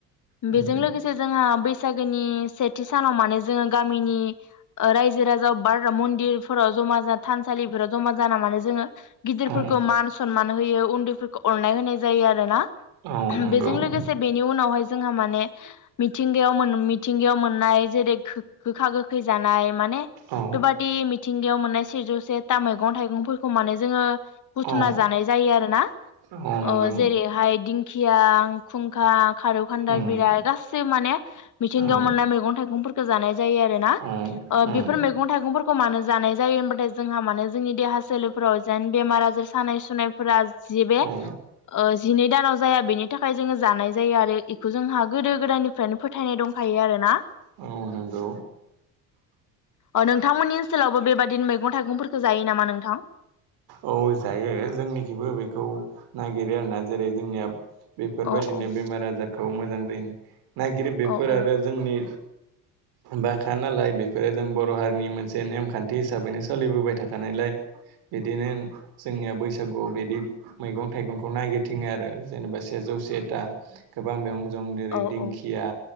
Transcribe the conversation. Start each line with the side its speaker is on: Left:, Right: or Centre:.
Right: उम
Left: बेजों लोगोसे जोंहा बैस सागोनि सेथि सानाव माने जोङो गामिनि ओ रायजो राजा बार मन्दिरफोराव जमा जा थानसालिफोराव जमा जाना मानो जोङो गिदिरफोरखौ
Right: औ
Left: मान सनमान होयो उन उन्दैफोरखौ अरनाय होनाय जायो आरो ना
Right: औ नंगौ
Left: बेजों लोगोसे बेनि उनावहाय जोंहा माने ने मिथिंगायाव मोन मिथिंगायाव मोननाय जेरै खो गोखा गो‌ खै जानाय माने
Right: औ
Left: बेबादि मिथिंगायाव मोननाय सेजौ से सेथा मैगं थाइगंफोरखौ माने जोङो बुथुमना
Right: औ
Left: जानाय जायो आरो ना
Right: औ नंगौ
Left: अ जेरैहाय दिंखिया ओ खुंखा खारौ खान्दाय
Right: उम
Left: बिलाय गासिबो माने मिथिंगायाव
Right: औ
Left: मोननाय मैगं थाइगंफोर गोजानाय जायो आरोना
Right: औ
Left: ओ
Right: उम
Left: बेफोर मैगं थाइगंफोरखौ मानो जानाय जायो होमबाथाय जोंहा मानोे जोंनि देहा सोलेरफोराव जेन बेमार आजार सानाय सुनायफोरा जि बे
Right: औ
Left: ओ जिनै दानाव जाया बेनि थाखाय जोङो जानाय जायो आरो इखौ जोंहा गोदो गोदायनि फ्रायनो फोथायनाय दंखायो आरो ना
Right: औ नोंगौ
Left: अ नोंथांमोननि ओनसोलावबो बेबादिनो मैगं थाइगंफोरखौ जायो नामा नोंथां
Right: औ जायो जोंनिखिबो बेखौ नागिरो आरोना जेरै जोंनिया बेफोर
Left: औ
Right: बायदिनो
Left: औ
Right: बेमार आजार खौ मोजां जायो नागिरो बेफोर
Left: औ औ
Right: आरो जोंनि बाखा नालाय बेफोरो जों बर हारिनि मोनसे नेमखान्थि हिसाबैनो सोलिबोबाय थाखानायलाय बिदिनो जोंनिया बैसागुआव बिदि मैगं थाइगंखौ नागिर थिंङो आरो जेनेबा सेजौ सेथा गोबां बेयाव दं जेरै
Left: औ
Right: दिंखिया
Left: औ